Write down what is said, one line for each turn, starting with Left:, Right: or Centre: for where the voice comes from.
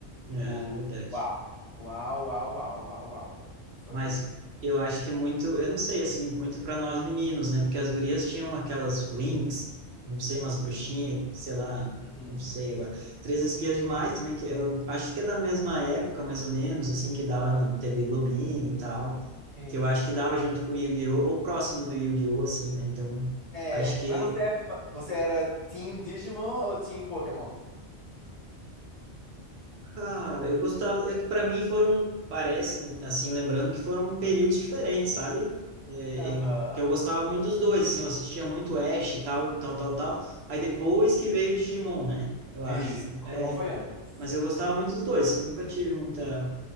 Left: Tipo,
Right: É, é verdade.
Left: uau. Uau, uau, uau, uau, uau. Foi
Right: Mas eu acho
Left: incrível.
Right: que muito, eu não sei, assim, muito para nós meninos, né? Porque as gurias tinham aquelas Winx, não sei, umas bruxinhas, sei lá,
Left: Hum.
Right: não sei agora. Três Espias Demais também, que eu acho que é da mesma época, mais ou menos, assim, que dava na TV Globinho e tal,
Left: Sim.
Right: que eu acho que dava junto com o Yu-Gi-Oh! ou próximo do Yu-Gi-Oh! assim, né? Então,
Left: É.
Right: acho que
Left: Mas você é fã- você era Team Digimon ou Team Pokémon?
Right: Cara, eu gostava, é que para mim foram, parece, assim, lembrando que foram períodos diferentes, sabe? É,
Left: Aham.
Right: em- que eu gostava muito dos dois, assim, eu assistia muito Ash e tal, tal, tal, tal. Aí depois que veio o Digimon, né? Eu acho.
Left: Isso, Pokémon foi antes.
Right: Mas eu gostava muito dos dois, assim, nunca tive muita.